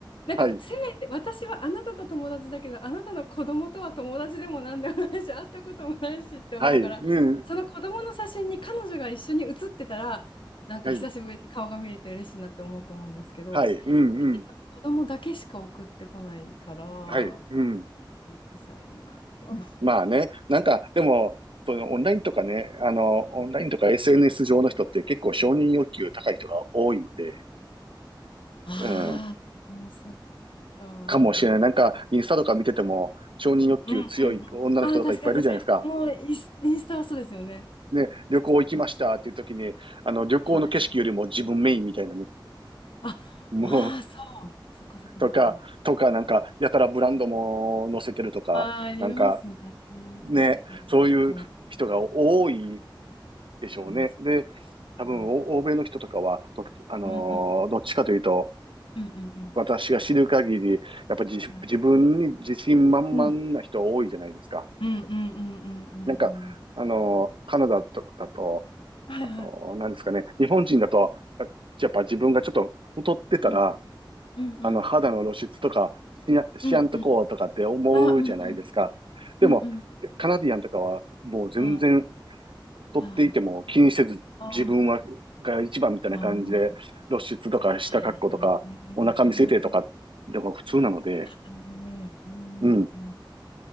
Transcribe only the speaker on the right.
はい、
はい、うん、
はい、はい、うん、うん、
はい、うん。
まあね、なんか、でも、そのオンラインとかね、あの、オンラインとか SNS 上の人って結構承認欲求高い人が多いので、
うん、ん
かもしれない。なんか、インスタとか見てても、承認欲求強い女の人とかいっぱいいるじゃないですか。
ね、旅行行きましたっていう時に、
あの、旅行の景色よりも自分メインみたいなね。
もう、
とか、とか、なんか、やたらブランドも載せてるとか、
なんか、
ね、そういう人が多い
でしょうね。
で、多分、
お欧米の人とかは、とあの
ーどっちかというと、
私が知る限り、やっぱ自、
自分に自信満々な人多いじゃないですか。
なんか、あのーカナダとだと、
あの、なんですかね、日本人だと、あやっぱ自分がちょっと太ってたら、
あの、肌の露出とかしや、しやんとこうとかって思うじゃないですか。
でも、
カナディアンとかは、もう全然
太っていても気にせず、
自分は、が一番みたいな感じで、
露出とか下格好とか、
お腹見せてとか、
のが普通なので、
うん、